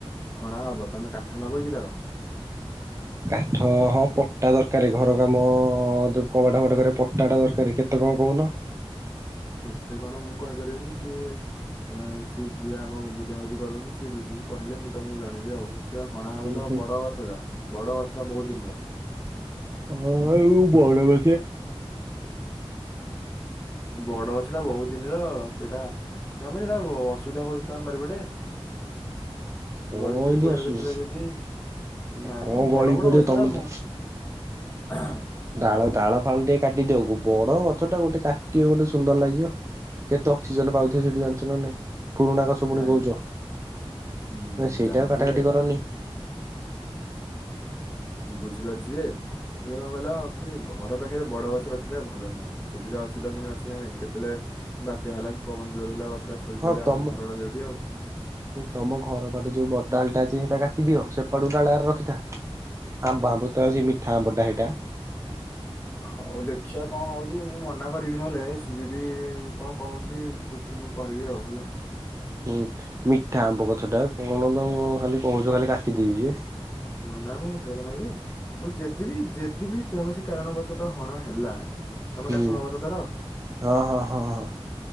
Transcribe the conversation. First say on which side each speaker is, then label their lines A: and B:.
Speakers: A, on the left; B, on the right.
A: ହଣା ହବ ତମେ କାଠ ନବ କି ତାର?
B: କାଠ ହଁ ପଟା ଦରକାର ଘର କାମ କବାଟ ଫବାଟ କ ପଟାଟା ଦରକାର କେତେ କଣ କହୁନ?
A: କେତେ କଣ ମୁଁ କହିପାରିବିନି ସିଏ ଏ ସିଏ ଯିଏ ଆମକୁ ବୁଝାବୁଝି କରୁନ୍ତି ସିଏ ବୁଝିକି କହିଲେ ମୁଁ ତମକୁ ଜଣେଇବି ଆଉ ହଣା ହବ
B: ହୁଁ
A: ତ
B: ହୁଁ
A: ବଡ ଗଛଟା ବଡ ଗଛଟା ବହୁତ ଦିନର।
B: ହଁ ଏଉ ବଣ <inaudible>
A: ବଡ ଗଛଟା ବହୁତ ଦିନର ସେଇଟା ନାଇଁ ସେଇଟା ଅସୁବିଧା ହଉଛି ଆମ୍ ବାରିପଟେ
B: କଣ
A: ଗଳିଫଳି
B: ଏମିତି
A: ପଡିବ
B: ଅସୁବିଧା
A: କେତେବେଳେ ଯଦି ନାଇଁ
B: କଣ
A: ମ
B: ଗଳି
A: ବଡ ବଡ
B: ପଡିବ
A: ଗଛଗରା
B: ତମେ
A: ଘର
B: ତ ଡାଳ
A: ବ
B: ଡାଳ ଫାଳ ଟିକେ କାଟିଦିଅ ବଡ ଗଛଟା ଗୋଟେ କାଟିବ ଗୋଟେ ସୁନ୍ଦର ଲାଗିବ? କେତେ ଅକ୍ସିଜନ ପାଉଥିବ ସେଠି ଜାଣିଛ ନା ନାହିଁ? ପୁରୁଣା ଗଛ
A: ଜାଣିଲି
B: ପୁଣି କହୁଛ
A: ଯେ ହୁଁ
B: ସେଇଟା
A: ଜାଣିଲି
B: ଆଉ କାଟାକାଟି
A: ଯେ
B: କରନି।
A: ବୁଝିପାରୁଛି ଯେ? ହେଲେ କଣ କହିଲ ପୁଣି ଘର ପାଖରେ ବଡ଼ ଗଛ ରଖିଲେ ଭଲ ନୁହଁ। ସୁବିଧା ଅସୁବିଧା ପୁଣି ଅଛି ନା ନାଇଁ କେତେବେଳେ ବାତ୍ୟା ହେଲା କି ପବନ ଜୋର ହେଲା ଗଛଟା ଶୋଇପଇଲେ
B: ହଁ
A: ଆମ
B: ତମ
A: ଘର ରହିବଟି ଆଉ।
B: ତମ ଘର ପାଖରେ ଯୋଉ ବଡଡ଼ାଲଟା ଅଛି ସେଇଟା କାଟିଦିଅ ସେପଟୁଡ଼ାଳ ହେରିକା ରଖିଥା। ଆମ୍ବ ଆମ୍ବୁ ତ ଅଛି ମିଠା ଆମ୍ବଟା ହେ଼ଇଟା।
A: ହଉ ଦେଖିବା କଣ ହଉଛି ମୁଁ ମନା କରିବି ନହେଲେ ସିଏ ଯଦି କଣ କହନ୍ତି ବୁଝି କହିବି ଆଉ ହେଲା।
B: ହୁଁ ମିଠା ଆମ୍ବ ଗଛଟା କଣ ତ ଖାଲି କହୁଛ ଖାଲି କାଟିଦେବି ଯେ
A: ହୁଁ ନାଇଁ ମୁଁ ସେ କଥା ନାଇଁ ଯେ ଯେଦି ବିି ଯେଦି ବିି କୌଣସି କାରଣବଶତଃ ହଣା ହେଲା। ତମେ
B: ହୁଁ।
A: କାଠ ନବ ତ ତାର।
B: ହଁ ହଁ ହଁ ହଁ